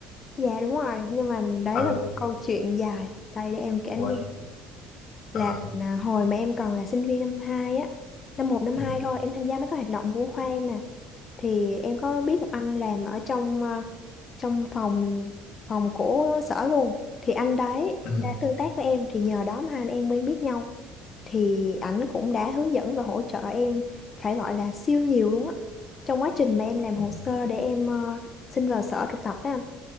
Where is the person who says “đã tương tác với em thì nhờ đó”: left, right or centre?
Left